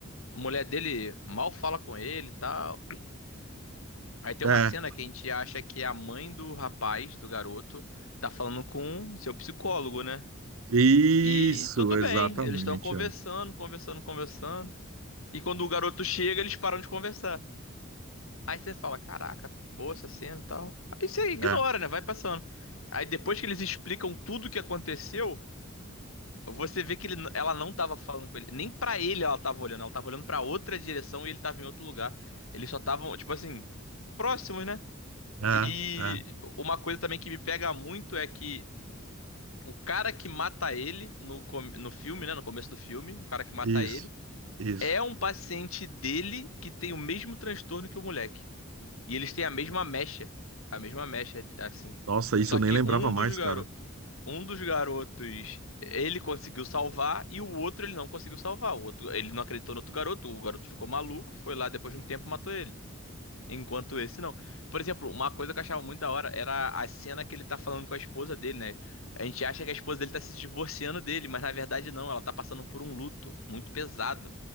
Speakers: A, on the left; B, on the right.
A: A mulher dele mal fala com ele e tal. Aí tem
B: é,
A: uma cena que a gente acha que é a mãe do rapaz, do garoto, tá falando com seu psicólogo, né?
B: isso,
A: E tudo
B: exatamente,
A: bem, eles estão conversando,
B: é,
A: conversando, conversando. E quando o garoto chega, eles param de conversar. Aí você fala, caraca, boa essa cena e tal. Aí você ignora,
B: é,
A: né? Vai passando. Aí depois que eles explicam tudo o que aconteceu, Você vê que ele, ela não tava falando com ele. Nem pra ele ela tava olhando. Ela tava olhando pra outra direção e ele tava em outro lugar. Eles só estavam, tipo assim, próximos, né?
B: é,
A: E
B: é,
A: uma coisa também que me pega muito é que o cara que mata ele no, com- no filme, né? No começo do filme, o cara que mata
B: isso,
A: ele
B: isso.
A: é um paciente dele que tem o mesmo transtorno que o moleque. E eles têm a mesma mecha. A mesma mecha, assim.
B: Nossa, isso
A: Só
B: eu
A: que
B: nem lembrava
A: um
B: mais,
A: dos garotos
B: cara.
A: um dos garotos ele conseguiu salvar e o outro ele não conseguiu salvar. O outro, ele não acreditou no outro garoto, o garoto ficou maluco, foi lá depois de um tempo e matou ele. Enquanto esse não. Por exemplo, uma coisa que eu achava muito da hora era a cena que ele tá falando com a esposa dele, né? A gente acha que a esposa dele tá se divorciando dele, mas na verdade não, ela tá passando por um luto muito pesado.